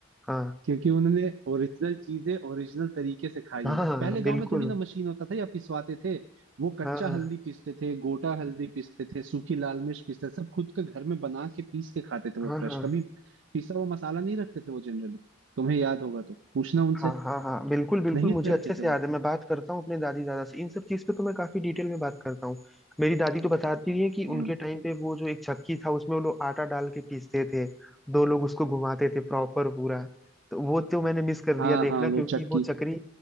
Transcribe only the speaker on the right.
क्योंकि उन्होंने ओरिजिनल चीजें ओरिजिनल तरीके से खाई
हैं
पहले गांव
में थोड़ी ना मशीन होता था या पिसवाते थे वो कच्चा
हल्दी पीसते थे गोटा हल्दी पीसते थे सूखी लाल मिर्च पीसते थे सब खुद के घर में बना के पीस के खाते थे वो
फ्रेश
कभी पिसा हुआ मसाला नहीं रखते थे वो जनरली तुम्हें याद होगा तो पूछना उनसे
नहीं
रखते
थे वो
हम्म
हाँ
हाँ वो
चक्की